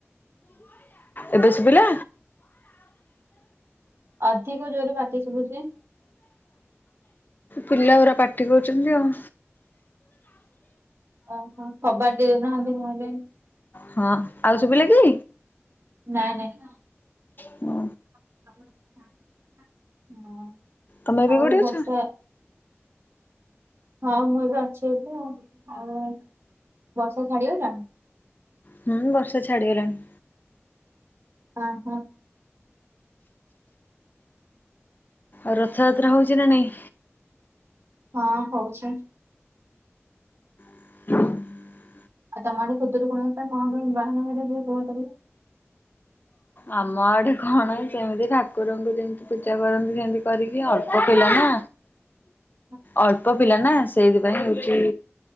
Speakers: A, on the left (about 40°); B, on the right (about 60°).
A: ଏବେ ଶୁଭିଲା
B: ଅଧିକ ଜୋରେ ପାଟି ଶୁଭୁଛି
A: ପିଲା ଗୁରା ପାଟି କରୁଛନ୍ତି ଆଉ
B: ଓହୋ କବାଟ ଦେଉନାହାନ୍ତି ନହେଲେ
A: ହଁ ଆଉ ଶୁଭିଲା କି
B: ନାଇଁ ନାଇଁ
A: ହୁଁ
B: <inaudible>
A: ତମେ ବି
B: ଆଉ
A: କୋଠୀ
B: ବର୍ଷା
A: ଅଛ
B: ହଁ ମୁଁ ଏବେ ଅଛି ଏଇଠେ ଆଉ ବର୍ଷା ଛାଡିଗଲା
A: ହୁଁ ବର୍ଷା ଛାଡିଗଲାଣି
B: ହଁ ହଁ
A: ଆଉ ରଥଯାତ୍ରା ହଉଛି ନା ନାଇଁ
B: ହଁ ହଉଛି
A: <inaudible>
B: <unintelligible>
A: ଆମ ଆଡେ କଣ ସେମିତି ଠାକୁରଙ୍କୁ ଯେମତି ପୂଜା କରନ୍ତି ସେମିତି କରିକି ଏ ଅଳ୍ପ ପିଲା ନା
B: <inaudible>
A: ଅଳ୍ପ ପିଲା ନା ସେଇଥିପାଇଁ ହଉଚି